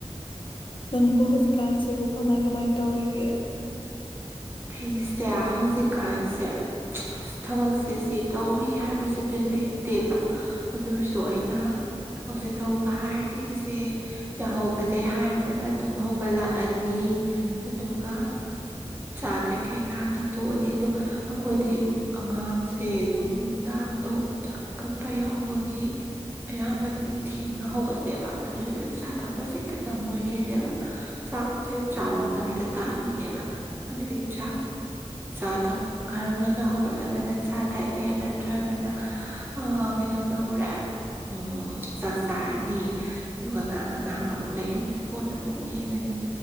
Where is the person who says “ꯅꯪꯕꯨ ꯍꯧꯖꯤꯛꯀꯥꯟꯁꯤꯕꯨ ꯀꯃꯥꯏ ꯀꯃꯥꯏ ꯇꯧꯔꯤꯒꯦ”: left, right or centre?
Left